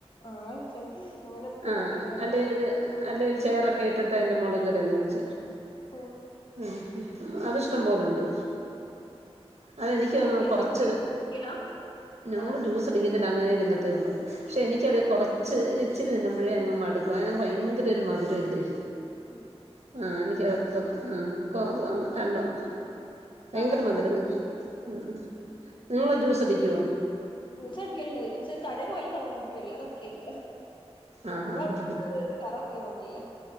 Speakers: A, on the left; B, on the right.
A: ആഹ് അങ്ങനെ വെച്ചാ മതി അങ്ങനെ
B: ആഹ്
A: കിട്ടണല്ലോ
B: അതേയ്ത് അല്ലേരു ചെയറൊക്കെ ഇട്ടിട്ടയിന്റെ അയിൻ്റെ മോളിൽ കയറിന്ന് പിച്ചാം.
A: <unintelligible>
B: ഉംഹും അതിഷ്ടം മ്പോലുണ്ട് അതെനിക്ക്
A: ജ്യൂസ്
B: തോന്നുന്നു
A: അടിക്ക ഇങ്ങള്
B: കൊറച്ച്
A: ജ്യൂസ് അടിക്കല്ല
B: ഞങ്ങള്
A: അങ്ങനെ
B: ജ്യൂസടിക്ക ല്ലാ അങ്ങനെ നിന്നത്തെയുള്ളു ക്ഷേ എനിക്കത് കൊറ ച്ച് ഇച്ചിരി തിന്നുമ്പഴേ അങ്ങ് മടുക്കും അയ്ന് ഭയങ്കരൊരു മധുരല്ലേ
A: ഉം
B: ആഹ് എനിക്ക് <unintelligible> ഭയങ്കര
A: കറ
B: മധുരന്ന് ഉം നിങ്ങള് ജ്യൂസടിക്ക്കോ
A: ജ്യൂസട്ക്കൽണ്ട് ജൂസ് കടേ പോയല സാധാരണ കുട്ക്കല്ല അല്ലാതട്ക്കേല്ല
B: ആഹ്
A: <unintelligible>
B: ആഹ്
A: കററ്റിങ്ങോണ്ട്ല്ലേ?